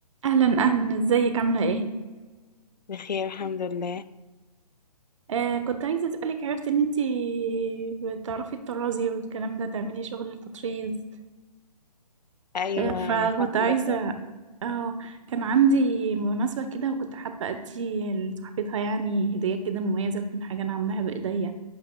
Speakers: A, on the right; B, on the left.
A: اهلا اهلا ازيك عامله ايه
B: بخير الحمد لله
A: آه كنت عايزه اسالك عرفت ان انتي بتعرفي الطرازي والكلام ده تعملي شغل التطريز
B: ايوه
A: آه فكنت
B: انا فاهمه
A: عايزه اه كان عندي مناسبة كده وكنت حابة أدي لصاحبتها يعني هدية كده مميزة تكون حاجة أنا عاملاها بإيديا